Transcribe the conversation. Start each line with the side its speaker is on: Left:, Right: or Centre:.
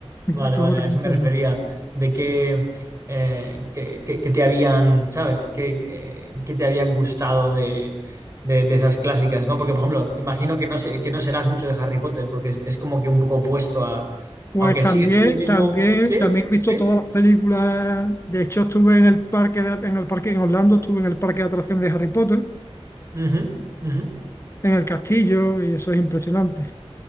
Left: <laughs>
Right: Vale,
Left: tengo
Right: vale,
Left: que
Right: a
Left: reconocerlo.
Right: eso me refería, de que, eh, que, que- que te habían, ¿sabes? Que, que- que te habían gustado de, de- de esas clásicas, ¿no? Porque, por ejemplo, imagino que no, se- que no serás mucho de Harry Potter, porque es, es como que un poco opuesto a,
Left: Pues
Right: aunque
Left: también,
Right: sigue siendo lo mismo,
Left: también,
Right: ¿sí?
Left: también he visto
Right: ¿Sí?
Left: todas las películas. De hecho, estuve en el parque de- en el parque en Orlando, estuve en el parque de atracción de Harry Potter,
Right: Ujú, ujú.
Left: en el castillo, y eso es impresionante.